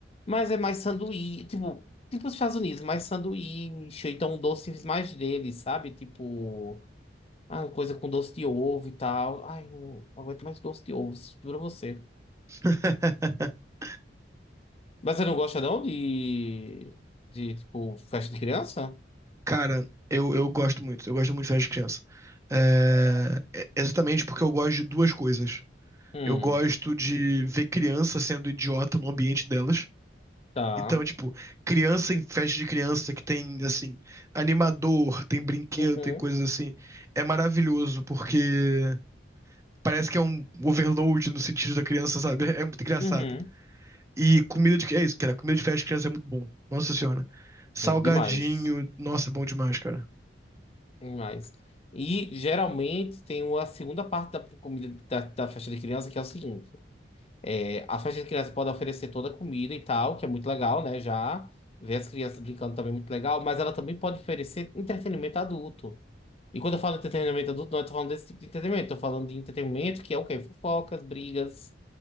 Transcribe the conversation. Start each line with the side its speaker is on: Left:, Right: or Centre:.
Left: Mas é mais sanduíche. Tipo, tipo os Estados Unidos, mais sanduíche. ou Então, doces mais deles, sabe? Tipo. Ah, coisa com doce de ovo e tal. Ai, não aguento mais doce de ovo, juro a você.
Right: <laughs>
Left: Mas você não gosta não de, de tipo, festa de criança?
Right: Cara, eu, eu gosto muito. Eu gosto muito de festa de criança. É, é exatamente porque eu gosto de duas coisas.
Left: Hum,
Right: Eu gosto de ver criança sendo idiota no ambiente delas.
Left: tá.
Right: Então, tipo, criança em festa de criança que tem, assim, animador, tem brinquedo,
Left: Uhum,
Right: tem coisas assim. É maravilhoso, porque parece que é um overload no sentido da criança, sabe? É é muito engraçado.
Left: uhum.
Right: E comida de. É isso, cara. Comida de festa de criança é muito bom. Nossa senhora. Salgadinho.
Left: Demais.
Right: Nossa, é bom demais, cara.
Left: Demais. E geralmente tem uma segunda parte da comida da, da festa de criança que é o seguinte: é, a festa de criança pode oferecer toda a comida e tal, que é muito legal, né? Já ver as crianças brincando também é muito legal, mas ela também pode oferecer entretenimento adulto. E quando eu falo entretenimento adulto, não estou falando desse tipo de entretenimento, estou falando de entretenimento que é o quê? Fofocas, brigas.